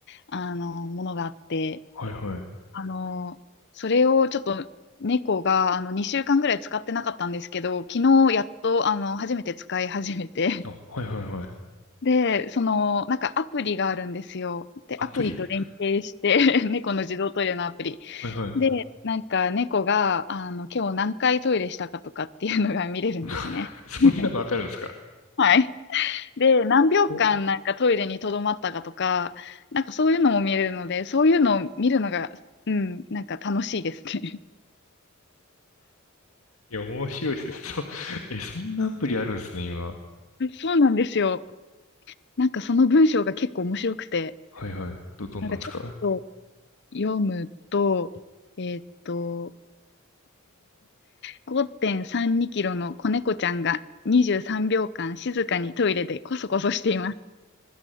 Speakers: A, on the left; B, on the left.
A: あの、ものがあって、
B: はいはい。
A: あの、それをちょっと猫が、あの、2週間ぐらい使ってなかったんですけど、昨日やっと、あの、初めて使い始めて、
B: あ、はいはいはい。
A: <laughs> で、その、なんかアプリがあるんですよ。で、
B: アプリ
A: アプリと連携して <laughs> 猫の自動トイレのアプリ。
B: はいはい。
A: で、なんか猫が、あの、今日何回トイレしたかとかっていうのが見れるんですね。
B: <laughs> そんなのわかるんですか
A: <laughs> はい。で、何秒間なんかトイレに留まったかとか、
B: お、
A: なんかそういうのも見れるので、そういうのを見るのが、うん、なんか楽しいですね。
B: いや、面白いですね。そ、え、そんなアプリあるんですね、今。
A: <laughs> そうなんですよ。なんかその文章が結構面白くて、
B: はいはい。ど、どんなんですか
A: なんかちょっと読むと、えーっと、5.32キロの子猫ちゃんが23秒間静かにトイレでコソコソしています。